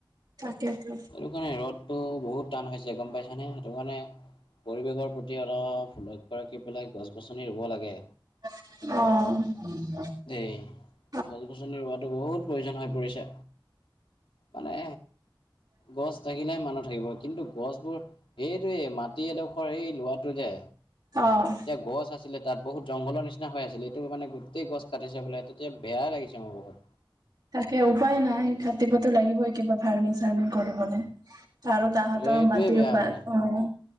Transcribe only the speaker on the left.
সেই কাৰণে ৰ'দটো বহুত। টান হৈছে গম পাইছানে? সেইটো কাৰনে পৰিৱেশৰ প্ৰতি অলপ গছ গছনি ৰুব লাগে।
দেই গছ গছনি ৰোৱাটো বহুত প্ৰয়োজন হৈ পৰিছে। মানে গছ থাকিলেহে মানুহ থাকিব কিন্তু গছবোৰ সেইটোৱেই মাটি এডোখৰ এই লোৱাটো যে
এতিয়া গছ আছিলে তাত বহুত জংঘলৰ নিচিনা হৈ আছিলে, এইটো মানে গোটেই গছ কাটিছে বোলে তেতিয়া বেয়াই লাগিছে মোৰ বহুত।
এইটোৱে
বেয়া
মানে